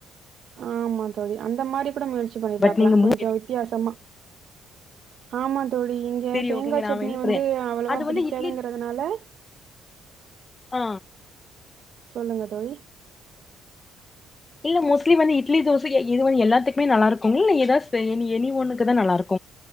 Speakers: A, on the right; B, on the left.
A: அ ஆமா தோழி அந்த மாரி கூட முயற்சி பண்ணி பாக்கலா
B: பட் நீங்க
A: கொஞ்சோ
B: மூ
A: வித்தியாசமா ஆமா தோழி இங்க
B: செரி
A: தேங்கா
B: ஓகேங்க நா
A: சட்னி
B: என்ன சொல்றே
A: வந்து அவ்வளவா
B: அது
A: பிடிக்காதுங்கிறதுனால
B: வந்து இட்லி அ
A: சொல்லுங்க தோழி
B: இல்ல மோஸ்ட்லி வந்து இட்லி தோசைக்கி எ எதுவு எல்லாத்துக்மே நல்லா இருக்குங்ள் இல்ல எதா ஸ்பெ எனி எனி ஒன்னுக்குதா நல்லாருக்